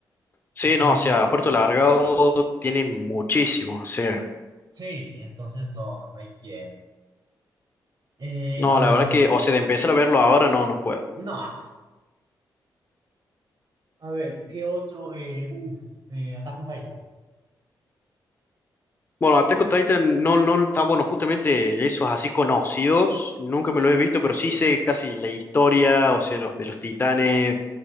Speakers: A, on the left (about 25°); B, on the right (about 50°).
A: Sí,
B: Entonces,
A: no, o sea, Puerto Largado tiene muchísimos, o sea,
B: sí, entonces no, no hay quien. Eh,
A: no,
B: a
A: la
B: ver,
A: verdad que,
B: ¿qué-
A: o sea, de empezar a verlo ahora no, no puedo.
B: no, a ver, ¿qué otro? Eh, uf, eh, Attack on Titan.
A: Bueno, Attack on Titan no, no tan bueno, justamente esos así conocidos, nunca me los he visto, pero sí sé casi la historia, o sea, los de los titanes,